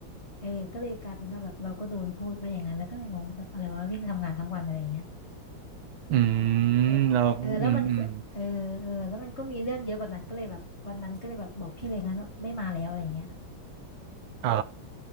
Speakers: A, on the left; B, on the right.
A: เออก็เลยกลายเป็นว่าแบบเราก็โดนพูดไปอย่างนั้นแล้วก็เลยงงว่าแบบอะไรวะวิ่งทำงานทั้งวันอะไรเงี้ย
B: อืมเราอืมอืม
A: เออเออแล้วมันก็เออเออแล้วมันก็มีเรื่องเยอะกว่านั้นก็เลยแบบวันนั้นก็เลยแบบบอกพี่เลยงั้นว่าไม่มาแล้วอะไรอย่างเงี้ย
B: อ๋อ